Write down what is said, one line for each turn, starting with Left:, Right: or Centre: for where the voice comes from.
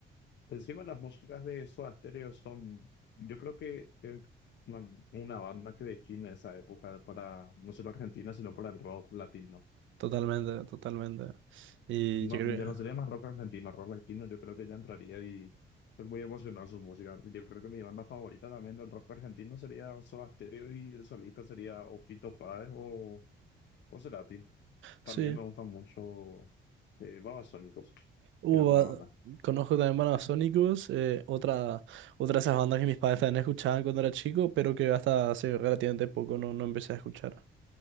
Left: Encima las músicas de Soda Stereo son, yo creo que es una, una banda que define esa época para, no solo Argentina, sino para el rock latino.
Right: totalmente, totalmente. Y
Left: No,
Right: yo creo
Left: ya no sería
Right: que
Left: más rock argentino, rock latino yo creo que ya entraría y es muy emocionante su música. Yo creo que mi banda favorita también del rock argentino sería Soda Stereo y el solista sería o Fito Páez o, o Cerati. También
Right: sí.
Left: me gustan mucho eh, Babasónicos,
Right: Uh,
Left: que es otra
Right: ah,
Left: banda.
Right: conozco también bandas Sonicus, eh, otra, otra de esas bandas que mis padres también escuchaban cuando era chico, pero que hasta hace relativamente poco no, no empecé a escuchar.